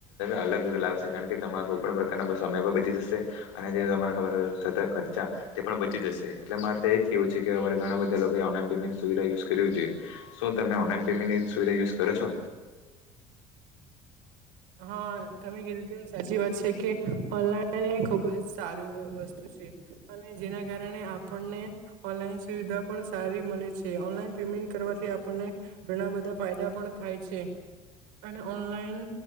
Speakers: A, on the left (about 65°); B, on the right (about 60°).
A: અલગ લાવશે કારણ, કે તમા કોઈપણ પ્રકારના બસ પણ બચી, જશે અને ખબર ખર્ચા તે પણ બચી જશે એટલે મારે તો એ કેવું છે કે ઘણા બધા ઓનલાઈન પેમેન્ટ સુવિધા યુઝ કરવી જોઈ તમે ઓનલાઈન પેમેન્ટની સુવિધા, યુઝ કરો છો.
B: હા, તમે કીધું તેમ સાચી વાત છે કે ઓનલાઈન એ ખૂબ જ સારી વસ્તુ છે. અને જેના કારણે આપણને ઓનલાઈન સુવિધા પણ સારી, મળે છે. ઓનલાઈન પેમેન્ટ કરવાથી આપણને ઘણા બધા ફાયદા પણ થાય છે, અને ઓનલાઈન